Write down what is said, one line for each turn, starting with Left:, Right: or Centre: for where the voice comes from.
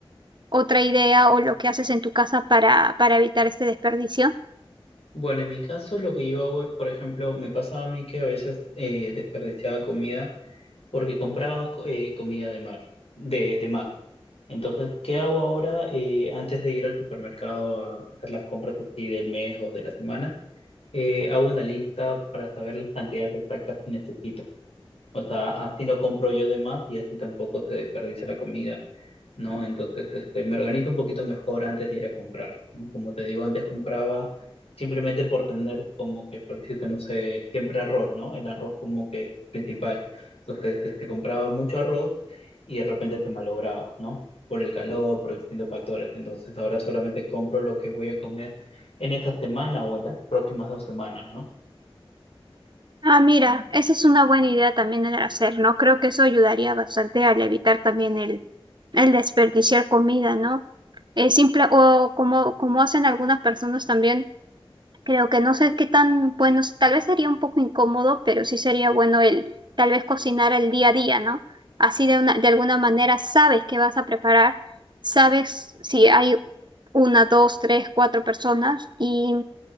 Right: otra idea o lo que haces en tu casa para, para evitar este desperdicio.
Left: Bueno, en mi caso lo que yo hago es, por ejemplo, me pasaba a mí que a veces eh, desperdiciaba comida porque compraba co- eh, comida de mar, de, de mar. Entonces, ¿qué hago ahora eh, antes de ir al supermercado a hacer las compras así del mes o de la semana? Eh, hago una lista para saber las cantidades exactas que necesito. O sea, así no compro yo de más y así tampoco se desperdicia la comida, ¿no? Entonces, este, me organizo un poquito mejor antes de ir a comprar, ¿no? Como te digo, antes compraba simplemente por tener como que, por decirte, no sé, siempre arroz, ¿no? El arroz como que es principal. Entonces, este, compraba mucho arroz y de repente se malograba, ¿no? Por el calor, por distintos factores. Entonces, ahora solamente compro lo que voy a comer en esta semana o en las próximas dos semanas, ¿no?
Right: Ah, mira, esa es una buena idea también el hacer, ¿no? Creo que eso ayudaría bastante al evitar también el, el desperdiciar comida, ¿no? Eh, simple, o como, como hacen algunas personas también, creo que no sé qué tan bueno, tal vez sería un poco incómodo, pero sí sería bueno el tal vez cocinar el día a día, ¿no? Así de una, de alguna manera sabes qué vas a preparar, sabes si hay una, dos, tres, cuatro personas y